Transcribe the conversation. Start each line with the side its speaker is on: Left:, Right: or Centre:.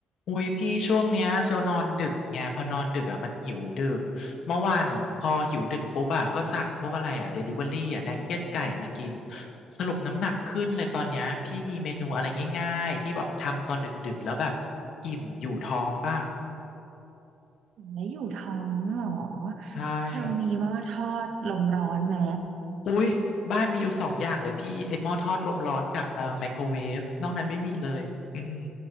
Left: อุ้ยพี่ช่วงเนี้ยเชลนอนดึกไงพอนอนดึกอ่ะมันหิวดึกเมื่อวานอ่ะพอหิวดึกปุ๊บอ่ะก็สั่งพวกอะไรอ่ะเดลิเวอรี่อ่ะนักเก็ตไก่มากินสรุปน้ำหนักขึ้นเลยตอนเนี้ยพี่มีเมนูอะไรง่ายๆที่แบบทำตอนดึกๆแล้วแบบอิ่มอยู่ท้องป่ะ
Right: แล้อยู่ท้องเหรอ
Left: ใช่
Right: เชลมีหม้อทอดลมร้อนไหม
Left: อุ้ยบ้านมีอยู่สองอย่างเลยพี่ไอหม้อทอดลมร้อนกับเอ่อไมโครเวฟนอกนั้นไม่มีเลยอืม